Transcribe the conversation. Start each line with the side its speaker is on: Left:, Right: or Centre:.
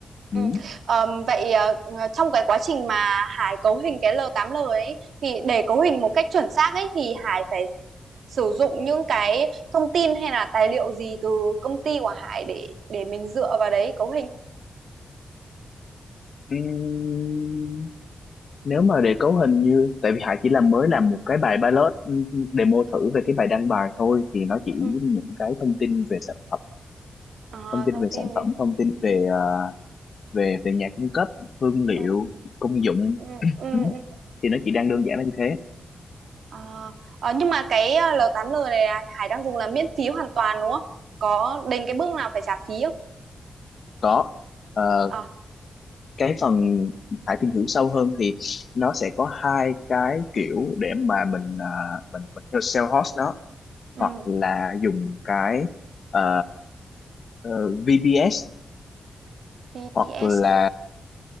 Left: ừ.
Right: Ừ. Ờm, vậy ờ, trong cái quá trình mà Hải cấu hình cái l tám l ấy thì để cấu hình một cách chuẩn xác ấy thì Hải phải sử dụng những cái thông tin hay là tài liệu gì từ công ty của Hải để để mình dựa vào đấy cấu hình.
Left: Ừm, nếu mà để cấu hình như tại vì Hải chỉ làm mới làm một cái bài pilot ừm, demo thử về cái bài đăng bài thôi thì nó chỉ
Right: Ừ.
Left: những cái thông tin về sản phẩm
Right: Ờ,
Left: thông tin
Right: thông
Left: về
Right: tin
Left: sản
Right: về
Left: phẩm thông tin về ờ, về về nhà cung cấp hương liệu
Right: Ừ.
Left: công dụng
Right: Ừ. Ừ.
Left: ừ.
Right: ừ.
Left: thì nó chỉ đang đơn giản là như thế
Right: Ờ, ờ, nhưng mà cái ờ, l tám l này là Hải đang dùng là miễn phí hoàn toàn đúng không? Có đến cái bước nào phải trả phí không?
Left: có ờ,
Right: À.
Left: cái phần phải tìm hiểu sâu hơn thì nó sẽ có hai cái kiểu để mà mình à, mình mình theo sale host nó
Right: ừ.
Left: hoặc là dùng cái ờ, ờ, VBS
Right: BBS
Left: hoặc là
Right: à?